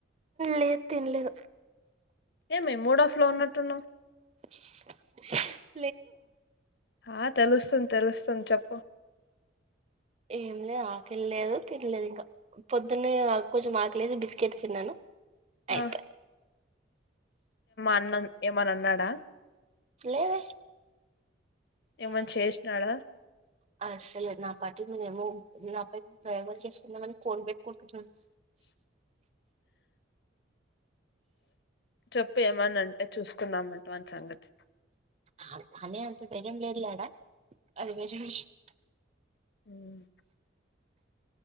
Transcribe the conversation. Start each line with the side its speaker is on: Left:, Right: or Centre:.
Right: లేదు తినలేదు
Left: ఏమే మూడ్ ఆఫ్ లో ఉన్నట్టునవ్
Right: <unintelligible>
Left: ఆ తెలుస్తుంది తెలుస్తుంది చేప్పు
Right: ఏం లే ఆకలి ల్లేదు తినలేదు ఇంకా పొద్దున్న కొంచెం ఆకలి అయితే బిస్కెట్ తిన్నాను
Left: హా
Right: అయిపోయి
Left: అన్న ఏమని అన్నాడా
Right: లేదే నువ్వైనా
Left: ఏమని చేసినాడా
Right: చేయొచ్చు కదా అసలే నా పటి మేనేమో నా ప ప్రయోగాలు చేసుకుందామని కోన్ పెట్టుకుంటున్నాను
Left: <unintelligible> చెప్పు ఏమని అంటే చూసుకుందాం వాని సంగతి
Right: హాన్ హనే అంత ధైర్యం లేర్లాడా అది వే రివిష్ <inaudible>
Left: ఉమ్.